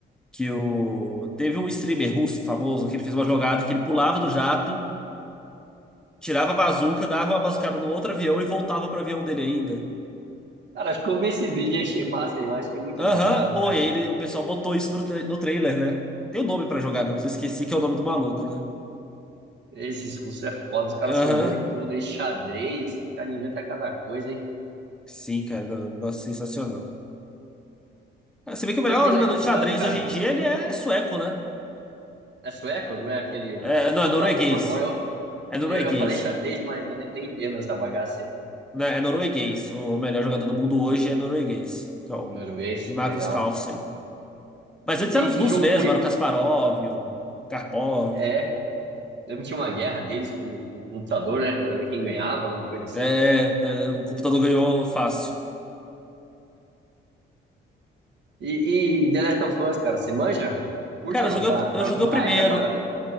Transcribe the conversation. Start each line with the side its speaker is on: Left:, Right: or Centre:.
Centre: que o... teve um streamer russo famoso que ele fez uma jogada que ele pulava do jato. Tirava a bazuca, dava uma bazucada no outro avião e voltava pro avião dele ainda.
Right: Cara, acho que eu vi esse vídeo e achei massa demais, achei muito
Centre: Aham,
Right: engraçado,
Centre: pô,
Right: cara.
Centre: e aí ele- o pessoal botou isso no, tra- no trailer, né? Tem o um nome pra jogada, mas eu esqueci que é o nome do maluco, né?
Right: Esses russos é foda, os caras
Centre: Aham,
Right: são bons em tudo, em xadrez, os caras inventam cada coisa, hein?
Centre: sim, cara, não, um negócio sensacional. Ah, Você vê que o melhor
Right: E o The
Centre: jogador
Right: Last
Centre: de
Right: of
Centre: xadrez
Right: Us, cara,
Centre: hoje em dia, ele é sueco, né?
Right: é sueco, não é aquele
Centre: É, não,
Right: russo
Centre: é norueguês.
Right: lá, tá por fora.
Centre: É norueguês.
Right: Eu, eu falei xadrez, mas eu nem, nem entendo essa bagaça aí.
Centre: Né? É norueguês. O melhor jogador do mundo hoje é norueguês, que é o
Right: Norueguês,
Centre: Magnus
Right: legal.
Centre: Carlsen. Mas antes
Right: E,
Centre: eram os russos
Right: e jogo
Centre: mesmo,
Right: com.
Centre: era o Kasparov, o Karpov.
Right: É, lembro que tinha uma guerra deles com, com o computador, né? Pra ver quem ganhava, alguma coisa assim.
Centre: É, é, é, o computador ganhou fácil.
Right: E, e The Last of Us, cara, você manja? Curte
Centre: Cara,
Right: ou
Centre: eu joguei,
Right: não? Tá,
Centre: o- eu
Right: tá
Centre: joguei
Right: num
Centre: o
Right: hype
Centre: primeiro.
Right: agora, né?